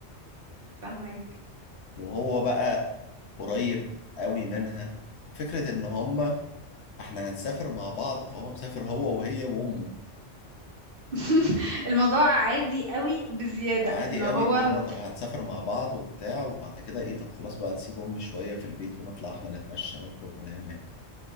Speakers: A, on the right; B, on the left.
A: فاهمك
B: وهو بقى قريب قوي منها فكرة إن هما إحنا هنسافر مع بعض فهو مسافر هو وهي وأمه
A: <laughs> الموضوع عادي قوي بزيادة
B: وعادي
A: ان هو
B: قوي ان هو
A: م-
B: طب هنسافر مع بعض وبتاع وبعد كده ايه طب خلاص بقى نسيب امي شويه في البيت ونطلع احنا نتمشى نخرج ونعمل